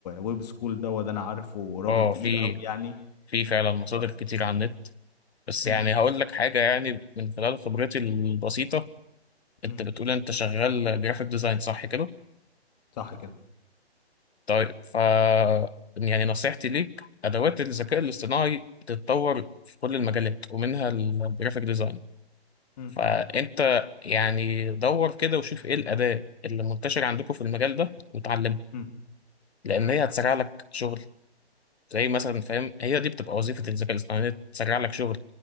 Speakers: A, on the left; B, on the left.
A: ويب سكول ده وده انا عارفه راجل
B: اه
A: تقيل
B: في
A: قوي يعني
B: في فعلا مصادر
A: ف...
B: كتير على النت بس
A: مم.
B: يعني هقول لك حاجه يعني من خلال خبرتي البسيطه انت
A: مم.
B: بتقول انت شغال جرافيك ديزاين صح كده
A: صح كده
B: طيب ف يعني نصيحتي ليك ادوات الذكاء الاصطناعي بتتطور في كل المجالات ومنها الجرافيك ديزاين
A: مم.
B: فانت يعني دور كده وشوف ايه الاداه اللي منتشره عندكم في المجال ده وتعلمها
A: مم.
B: لان هي هتسرع لك شغل زي مثلا فاهم هي دي بتبقى وظيفه الذكاء الاصطناعي إن هي تسرع لك شغل